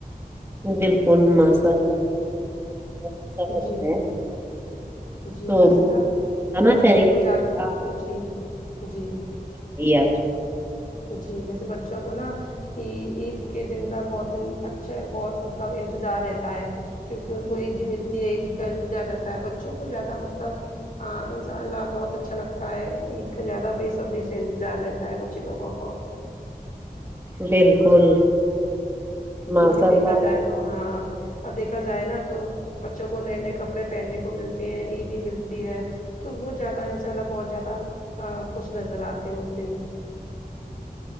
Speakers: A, on the right; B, on the left.
A: بالکل ماشاء اللہ اچھا فرمایا
B: جی جی جی
A: تو
B: بس نا
A: بتانا
B: بچوں
A: چاہیں گے
B: کو زیادہ
A: آپ
B: جی جی
A: صحیح ہے
B: جی ویسے بچوں کو نا عید کے دن کا بہت دن اچھا بہت مطلب انتظار رہتا ہے کیونکہ ان کو عیدی ملتی ہے عیدی کا انتظار رہتا ہے بچوں کو زیادہ مطلب ہاں ان شاء اللہ بہت اچھا لگتا ہے عید کا زیادہ بےصبری سے انتظار رہتا ہے بچے لوگوں اور
A: بالکل
B: کیونکہ
A: ماشاء اللہ
B: دیکھا جائے تو ہاں اور دیکھا جائے نا تو بچوں کو نئے نئے کپڑے پہننے کو ملتے ہیں عیدی ملتی ہے تو وہ زیادہ ان شاء اللہ بہت زیادہ خوش نظر آتے ہیں اس دن